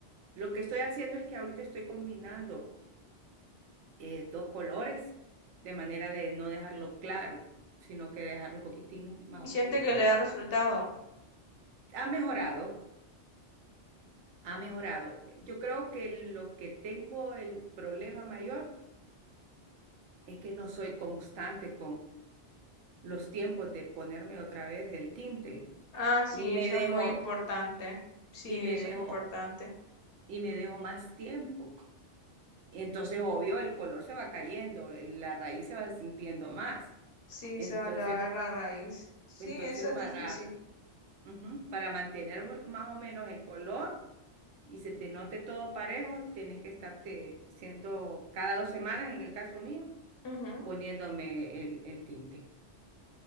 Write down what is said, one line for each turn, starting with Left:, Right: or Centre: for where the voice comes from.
Right: lo que estoy haciendo es que ahorita estoy combinando eh, dos colores de manera de no dejarlo claro, sino que dejarlo un poquitín más
Left: Y
Right: oscuro.
Left: siente que le da resultado.
Right: Ha mejorado, ha mejorado. Yo creo que lo que tengo el problema mayor es que no soy constante los tiempos de ponerme otra vez el tinte
Left: Ah, sí,
Right: y me
Left: eso
Right: dejo
Left: es muy importante. Sí,
Right: y
Left: eso
Right: me dejo
Left: es importante.
Right: y me dejo más tiempo. Entonces, obvio, el color se va cayendo, el- la raíz se va sintiendo más.
Left: Sí,
Right: Entonces,
Left: se va a ver la raíz. Sí,
Right: entonces
Left: eso es
Right: para
Left: difícil.
Right: ujú, para mantener más o menos el color y se te note todo parejo, tenés que estarte siendo cada dos semanas, en el caso mío,
Left: Ujú.
Right: poniéndome el, el tinte.